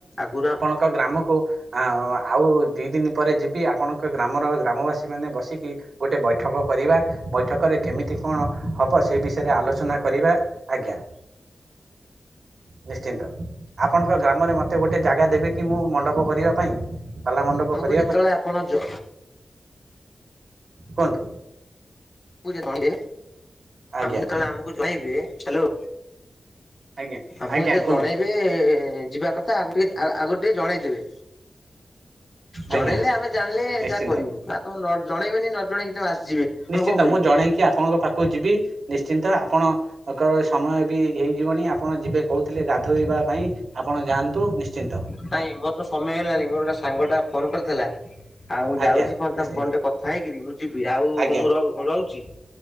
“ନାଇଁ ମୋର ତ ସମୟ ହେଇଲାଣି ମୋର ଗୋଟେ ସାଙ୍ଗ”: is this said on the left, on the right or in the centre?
Left